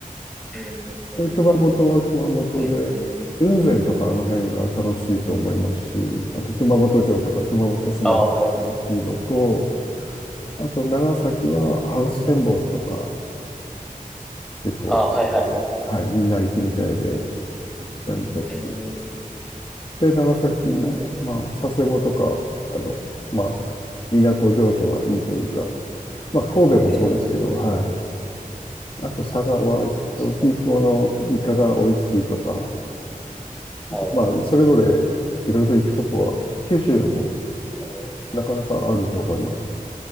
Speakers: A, in the centre; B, on the left.
A: うんうん
B: で、熊本は熊本で、
A: うん。うん
B: 雲仙とかあの辺が楽しいと思いますし、あと熊本城とか熊本市内楽しいのと、
A: ああ、はいはい。
B: あと長崎はハウステンボスとか
A: うんうんうん。
B: 結構、
A: ああ、はいはいはいはい。
B: あのはい、みんな行くみたいで、ハウステンボス。
A: うーん、
B: で、長崎、
A: なるほど。
B: まあ、佐世保とか、あの、まあ、港情緒がいいというか、まあ、神戸もそうですけど、
A: うーん、
B: はい。あと、佐賀は、
A: 確かに。
B: ピーコのイカが美味しいとか、
A: はい。
B: まあ、それぞれいろいろ行くとこは、九州も
A: うん
B: なかなかあると思います。